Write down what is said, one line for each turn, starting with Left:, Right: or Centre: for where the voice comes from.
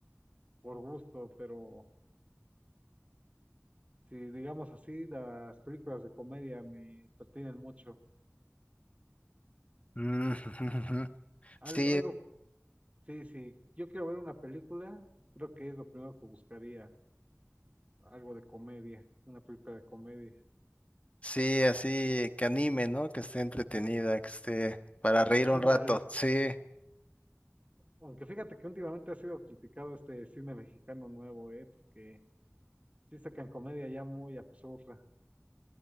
Right: por gusto, pero si digamos así, las películas de comedia me entretienen mucho.
Left: Mm, <laughs> ujú, ujú.
Right: Al-
Left: Sí,
Right: Algo, Sí, sí, yo quiero ver una película, creo que es lo primero que buscaría, algo de comedia, una película de comedia.
Left: sí, así que anime, ¿no? Que esté entretenida, que esté para reír
Right: <laughs>
Left: un
Right: Ándale.
Left: rato. Sí.
Right: Aunque fíjate que últimamente ha sido criticado este cine mexicano nuevo, eh, porque sí sacan comedia ya muy absurda.